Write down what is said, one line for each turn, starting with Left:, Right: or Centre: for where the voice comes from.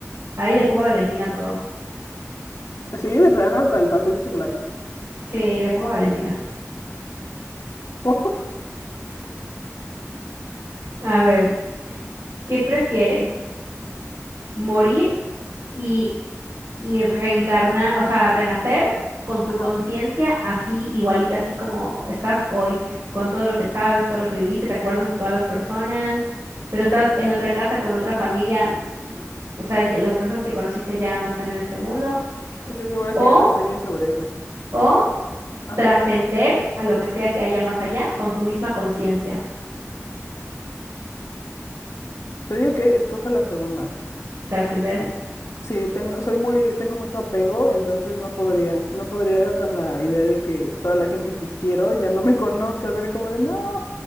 Right: Ahí le pongo Valentina a todo.
Left: Sí, de plano hasta el pastel de chocolate. <laughs>
Right: Sí, le pongo Valentina.
Left: ¿Por?
Right: A ver, ¿qué prefieres? ¿Morir y y reencarnar, o sea, renacer con tu
Left: Ajá,
Right: conciencia así, igualita, así como estás hoy, con todo lo que sabes, todo lo que viviste, te acuerdas de todas las personas, pero estás en otra casa con otra familia, o sea, ya las personas que conociste ya no están en este mundo,
Left: estoy segura
Right: o,
Left: que hay una serie sobre eso.
Right: o
Left: Ajá,
Right: trascender a lo que sea que haya más allá con tu misma conciencia,
Left: te digo que escoja la segunda.
Right: trascender,
Left: Sí, tengo, soy muy, tengo mucho apego, entonces no podría, no podría con la idea de que toda la gente que quiero ya no me <laughs> conozca, ser como de no,